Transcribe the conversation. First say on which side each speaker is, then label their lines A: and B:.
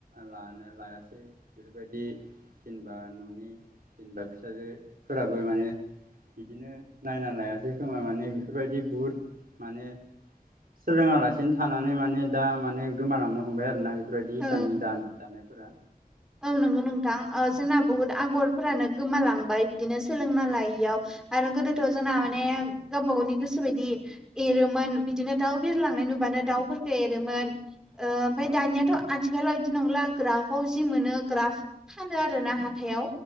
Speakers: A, on the right; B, in the centre.
A: लानो लायासै बेफोरबायदि जेनेबा न'नि जेनेबा फिसाजोफोराबो माने बिदिनो नायना लायासै खोमा माने बेफोरबायदि बुहुद माने सोङालासिनो थानानै माने दा माने गोमालांनो हमबाय आरोना। बेफोरबायदि हसाननि
B: औ
A: दा दानायफोरा
B: औ नंगौ नोंथां जोंना बुहुत आगरफोरानो गोमालांबाय बिदिनो सोलोंना लायैयाव आ आरो गोदोथ' जोंना माने गावबा गावनि गोसो बायदि एरोमोन बिदिनो दाउ बिरलांनाय नुबानो दाउफोरखौ एरोमोन ओमफ्राय
A: औ
B: दानियाथ' आथिखालाव बिदि नंला ग्राफाव जि मोनो ग्राफ फानो आर ना हाथायाव,